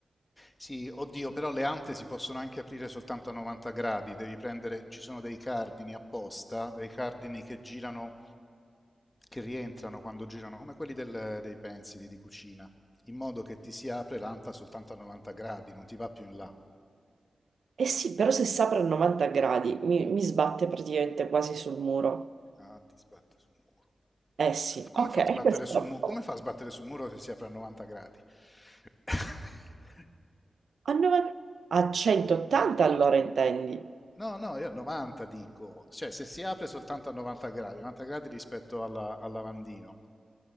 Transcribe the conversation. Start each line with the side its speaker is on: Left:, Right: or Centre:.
Left: Sì, oddio, però le ante si possono anche aprire soltanto a 90 gradi, devi prendere, ci sono dei cardini apposta, dei cardini che girano, che rientrano quando girano, come quelli del- dei pensili di cucina, in modo che ti si apre l'anta soltanto a 90 gradi, non ti va più in là.
Right: Eh sì, però se si apre a 90 gradi mi, mi sbatte praticamente quasi sul muro.
Left: Ah, ti sbatte sul muro.
Right: Eh sì,
Left: Come
Right: ok,
Left: fa a sbattere
Right: questo
Left: sul muro? Come fa a sbattere sul muro se si apre a 90 gradi? <laughs>
Right: a, 90 a 180 allora intendi.
Left: No, no, io a 90 dico, cioè se si apre soltanto a 90 gradi, 90 gradi rispetto alla- al lavandino.